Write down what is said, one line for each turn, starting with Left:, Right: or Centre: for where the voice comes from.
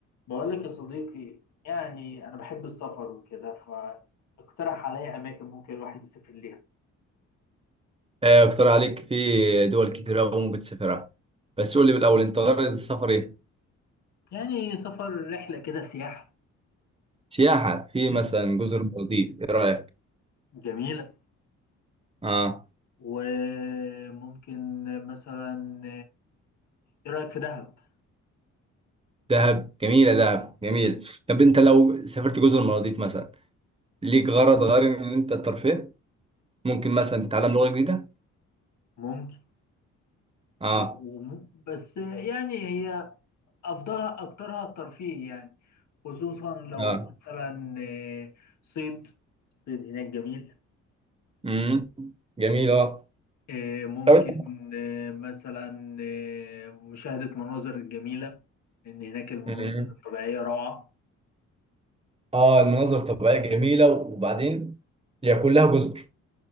Left: بقول لك يا صديقي يعني أنا بحب السفر وكده فاقترح عليا أماكن ممكن الواحد يسافر ليها
Right: آه، اقترح عليك في دول كتير أوي ممكن تسافرها بس قول لي بالأول أنت غرض السفر إيه؟
Left: يعني سفر رحلة كده سياحة
Right: سياحة في
Left: مم.
Right: مثلا جزر المالديف إيه رأيك؟
Left: جميلة
Right: آه
Left: وممكن مثلا إيه رأيك في دهب؟
Right: دهب جميلة دهب جميل طب أنت لو سافرت جزر المالديف مثلا ليك غرض غير إن أنت الترفيه؟ ممكن مثلا تتعلم لغة جديدة؟
Left: ممكن
Right: آه
Left: وم- بس يعني هي أفضلها أكترها الترفيه يعني خصوصا لو
Right: آه
Left: مثلا صيد صيد هناك جميل
Right: امم جميل آه
Left: إيه، ممكن
Right: طب أنت
Left: إيه، مثلا إيه، مشاهدة مناظر جميلة إن هناك المناظر
Right: امم
Left: الطبيعية روعة
Right: آه المناظر الطبيعية جميلة وبعدين هي كلها جزر